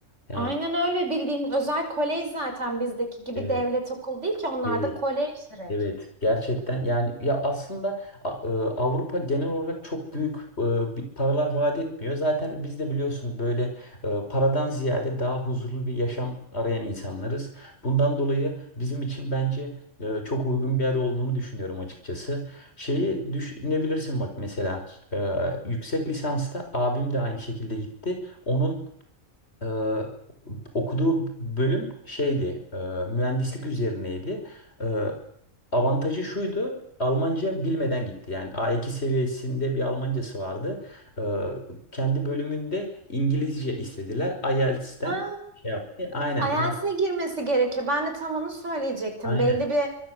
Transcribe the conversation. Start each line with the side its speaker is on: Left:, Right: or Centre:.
Left: Yani
Right: Aynen öyle bildiğin özel kolej zaten bizdeki gibi
Left: evet
Right: devlet okulu değil ki onlarda
Left: değil.
Right: kolej direkt.
Left: Evet, gerçekten yani ya aslında a- e, Avrupa genel olarak çok büyük e, bir paralar vaat etmiyor. Zaten biz de biliyorsun böyle e, paradan ziyade daha huzurlu bir yaşam arayan insanlarız. Bundan dolayı bizim için bence e, çok uygun bir yer olduğunu düşünüyorum açıkçası. Şeyi düşünebilirsin bak mesela e, yüksek lisansta abim de aynı şekilde gitti. Onun ee, okuduğu bölüm şeydi, e, mühendislik üzerineydi. Ee, avantajı şuydu, Almanca bilmeden gitti. Yani A2 seviyesinde bir Almancası vardı. Ee, kendi bölümünde İngilizce istediler. IELTS'ten
Right: Ha,
Left: şey yaptı. Aynen,
Right: IELTS'e
Left: ders,
Right: girmesi gerekiyor. Ben de tam onu söyleyecektim.
Left: aynen.
Right: Belli bir